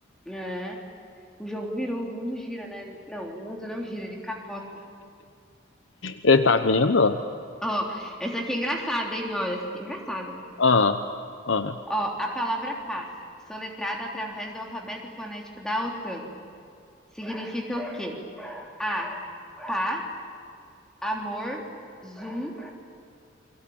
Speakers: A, in the centre; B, on the left.
A: É. O jogo virou, o mundo gira, né? Não, o mundo não gira, ele capota.
B: É, tá vendo?
A: Ó, essa aqui é engraçada, hein? Olha, essa aqui é engraçada.
B: Ah, ah,
A: Ó, a palavra paz, soletrada através do alfabeto fonético da OTAN, significa o quê? A, pá, amor, zoom.